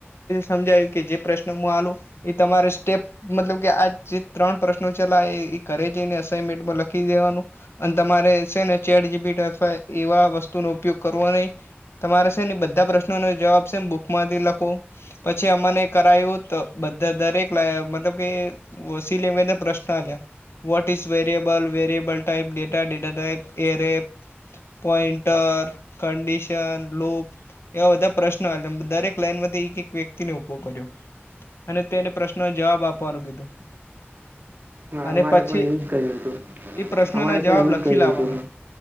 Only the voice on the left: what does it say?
સમજાયું કે જે પ્રશ્ન હાલું એ તમારે સ્ટેપ, મતલબ કે આ જે ત્રણ પ્રશ્નો છેલ્લા એ કરે છેને, અસાઇનમેન્ટમાં લખી. મૂકી દેવાનું. અને તમારે છે ને, ચેટ જીપીટી અથવા એવા વસ્તુ નો ઉપયોગ કરવો નહીં. તમારે છે ને, બધા પ્રશ્નોનો જવાબ છે બુકમાંથી લખો. પછી અમને કરાયું, તો બધા દરેક લાઈન, મતલબ કે સી લે ને, પ્રશ્નો આલિયા what is variable? Variable, time data time. <unintelligible> Pointer, condition, loop. એવા બધા પ્રશ્ન, દરેક લાઈનમાંથી એક-એક વ્યક્તિને ઉભો કર્યો. અને તેને પ્રશ્નને જવાબ આપવાનું કીધું.
અને
પછી
એ પ્રશ્નોના
જવાબ
લખી
લાવવાના